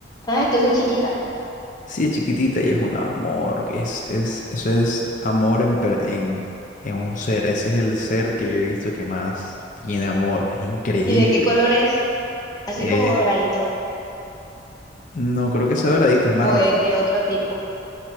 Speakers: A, on the left; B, on the left.
A: Ah, entonces chiquita.
B: Sí, es chiquitita y es un amor. que Es, es, eso es amor en, per- en, en un ser. Ese es el ser que yo he visto que más tiene amor. Es increíble.
A: ¿Y de qué color es? Así
B: Eh,
A: como doradito
B: no, creo que sea doradito, es marroncito.
A: o es de otro tipo,